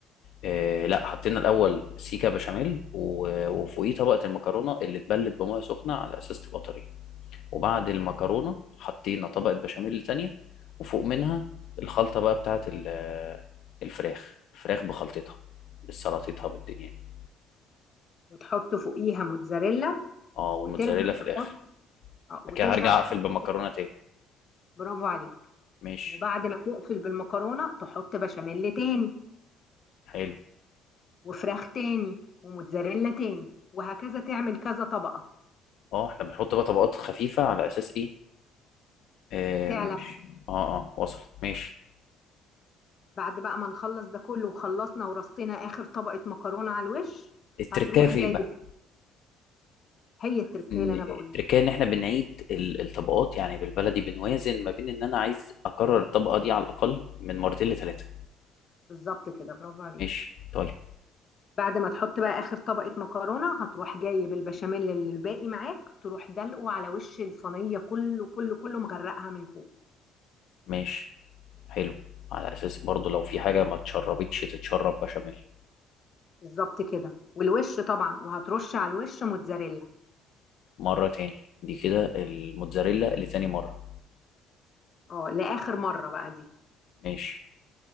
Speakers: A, on the left (about 65°); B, on the left (about 45°).
A: آه لا حطينا الاول سيكا بشاميل و- وفوقيه طبقة المكرونة اللي اتبلت بمية سخنة على اساس تبقى طرية وبعد المكرونة حطينا طبقة بشاميل تانية وفوق منها الخلطة بقى بتاعت ال- الفراخ الفراخ بخلطتها بالسلطتها بالدنيا دي
B: وتحط فوقيها موتزاريلا
A: اه والموتزاريلا
B: وترجع
A: في
B: تحط
A: الاخر
B: آه، وترجع
A: بعد كده هرجع
B: تحط
A: اقفل بالمكرونه تاني
B: برافو عليك
A: ماشي
B: وبعد ما تقفل بالمكرونة تحط بشاميل تاني
A: حلو
B: وفراخ تاني وموتزاريلا تاني وهكذا تعمل كذا طبقة
A: اه احنا بنحط بقى طبقات خفيفه على اساس ايه آم،
B: تعلى
A: ماشي اه اه وصلت ماشي
B: بعد بقى ما نخلص ده كله وخلصنا ورصينا آخر طبقة مكرونة على الوش
A: التركايه
B: هتروح
A: فين
B: جايب
A: بقى
B: هي التركية
A: حاسس ان
B: اللي أنا بقولها
A: التركايه ان احنا بنعيد ال- الطبقات يعني بالبلدي بنوازن ما بين ان انا عايز اكرر الطبقه دي على الاقل من مرتين لثلاثه
B: بالظبط كده برافو عليك
A: ماشي طيب
B: بعد ما تحط بقى آخر طبقة مكرونة هتروح جايب البشاميل اللي الباقي معاك تروح دلقه على وش الصينية كله كله كله مغرقها من فوق
A: ماشي حلو على اساس برضو لو في حاجه ما اتشربتش تتشرب بشاميل
B: بالظبط كده والوش طبعا وهترش على الوش موتزاريلا
A: مره تاني دي كده الموتزاريلا لتاني مره
B: اه لآخر مرة بقى دي
A: ماشي